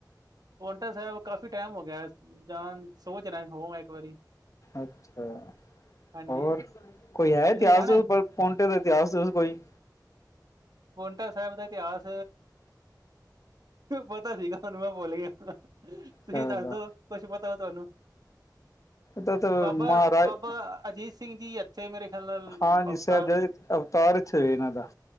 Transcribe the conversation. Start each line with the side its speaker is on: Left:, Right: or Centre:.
Right: ਪੋਟਾ ਸਾਹਿਬ ਕਾਫੀ ਟਾਈਮ ਹੋ ਗਿਆ ਜਾਂ ਸੋ ਚ ਹੋਵ ਇੱਕ ਵਾਰੀ।
Left: ਅੱਛਾ
Right: ਹਾਂਜੀ
Left: ਹੋਰ ਕੋਈ ਹੈ
Right: ਤੁਸੀਂ
Left: ਇਤਿਹਾਸ।
Right: ਜਾਣਾ?
Left: ਪਂਟੇ ਦਾ ਇਤਿਹਾਸ ਦ ਕੋਈ
Right: ਪੋਂਟਾ ਸਾਹਿਬ ਦਾ ਇਤਿਹਾਸ ਪਤਾ ਸੀਗਾ ਹਨੂੰ ਮੈਂ ਭੁੱਲ ਗਿਆ। ਤੁਸੀਂ
Left: ਚਲੋ
Right: ਦੱਸਦੋ ਕੁਛ ਪਤਾ ਹੋ ਤੁਹਾਨੂੰ।
Left: ਤਾਂ ਤਾਂ
Right: ਬਾਬਾ
Left: ਮਹਾਰਾਜ
Right: ਬਾਬਾ ਅਜੀਤ ਸਿੰਘ ਜੀ। ਇੱਥੇ ਮੇਰੇ ਖਿਆਲ ਨਾਲ
Left: ਹਾਂਜੀ
Right: ਅਵਤਾਰ
Left: ਸਾਹਿਬਜ਼ਾ ਅਵਤਾਰ ਇਥੇ ਹੋਏ ਇਹਨਾਂ ਦਾ।